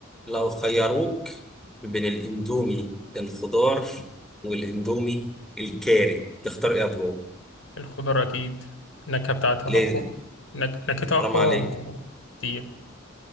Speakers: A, in the centre; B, on the left (about 80°).
A: لو خيروك بين الاندومي الخضار والاندومي الكاري تختار ايه يا برو؟
B: الخضار أكيد النكهة بتاعتها
A: ليه؟
B: أقوى نك... نكهتها أقوى
A: حرام عليك
B: كتير